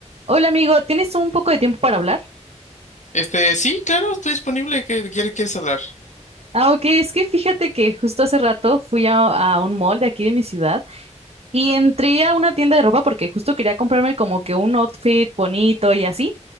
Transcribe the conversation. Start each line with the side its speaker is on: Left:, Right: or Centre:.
Right: Hola amigo, ¿tienes un poco de tiempo para hablar?
Left: Este, sí, claro, estoy disponible. ¿Qué quiere quieres hablar?
Right: Ah, ok, es que fíjate que justo hace rato fui a, a un mall de aquí de mi ciudad y entré a una tienda de ropa porque justo quería comprarme como que un outfit bonito y así,